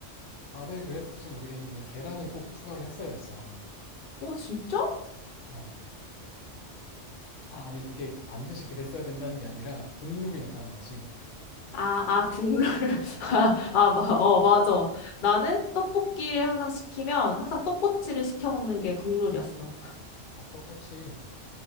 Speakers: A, on the left; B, on the left.
A: 다들 그랬을지 모르겠는데 계란을 꼭 추가를 했어야 됐어.
B: 어, 진짜?
A: 어. 아, 아니, 그게 반드시 그랬어야 된다는 게 아니라 국룰이었다는 거지.
B: 아, 아, 국룰. <laughs> 아, 아, 마- 어, 맞아. 나는 떡볶이를 항상 시키면 항상 떡꼬치를 시켜 먹는 게 국룰이었어.
A: 아, 떡꼬치.